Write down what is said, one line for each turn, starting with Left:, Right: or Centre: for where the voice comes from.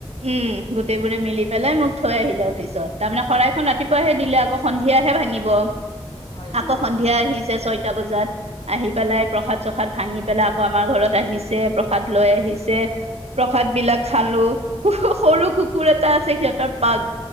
Right: উম গো গোটেইবোৰে মিলি পেলাই মোক থৈ আহিলে অফিচত, তাৰমানে শৰাইখন
Left: অ',
Right: ৰাতিপুৱাহে দিলে আক' সন্ধিয়াহে ভাঙিব।
Left: হয়
Right: আকৌ
Left: দিয়া
Right: সন্ধিয়া আহিছে ছয়টা বজাত, আহি পেলাই প্ৰসাদ চসাদ ভাঙি পেলাই আকৌ আমাৰ ঘৰত
Left: উম,
Right: আহিছে, প্ৰসাদ লৈ আহিছে,
Left: আইঅ
Right: প্ৰসাদ বিলাক খালো। ক, সৰু কুকুৰ এটা আছে সিহঁতৰ পাগ